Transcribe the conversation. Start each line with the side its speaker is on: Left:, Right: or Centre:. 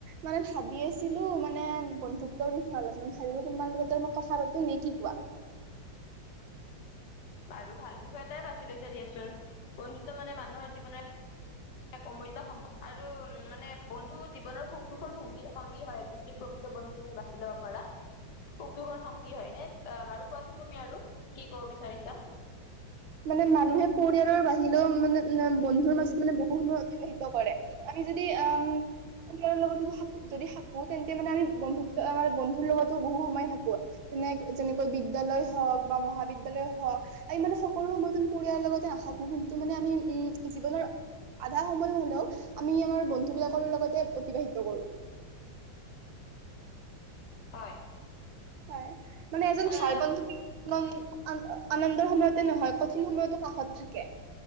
Right: মানে ভাবি আছিলোঁ, মানে বন্ধুত্বৰ বিষয়ে, অলপ মানে ভাবিলোঁ তোমালগতে অলপ কথা পাতোঁ, নে কি কোৱা।
Left: বাৰু ভাল বিষয় এটাই বাছি লৈছা দিয়াচোন, বন্ধুত্ব মানে মানুহৰ জীৱনৰ অমূল্য সম, আৰু উম, মানে বন্ধু জীৱনৰ সুখ-দুখৰ সংগী হয়, এনে যদি প্ৰ প্ৰকৃত বন্ধু, তুমি বাছি ল'ব পাৰা। সুখ-দুখৰ সংগী হয়, এনে বাৰু কোৱাচোন, তুমি আৰু, কি ক'ব বিচাৰিছা।
Right: মানে, মানুহে পৰিয়ালৰ বাহিৰেও মানে। না বন্ধুৰ মাজত মানে বহু সময় অতিবাহিত কৰে, আমি যদি উম। পৰিয়ালৰ লগতো থাকোঁ, যদি থাকোঁ, তেন্তে মানে আমি, বন্ধুত্ব আ বন্ধুৰ লগতো বহু সময় থাকোঁ। যেনে, যেনেকৈ, বিদ্যয়ালয় হওঁক বা মহাবিদ্যয়ালয় হওঁক আৰু ইমানে সৰু সময়টো পৰিয়ালাৰ লগতে নাথাকো, কিন্তু মানে আমি জীৱনৰ আধা সময় হ'লেও, আমি আমাৰ বন্ধু বিলাকৰ লগতে, অতিবাহিত কৰোঁ।
Left: হয়।
Right: হয়, মানে এজন
Left: আহ,
Right: ভাল বান্ধৱী, আন্দ আনন্দৰ সময়ত নহয়, কঠিন সময়তো কাষত থাকে,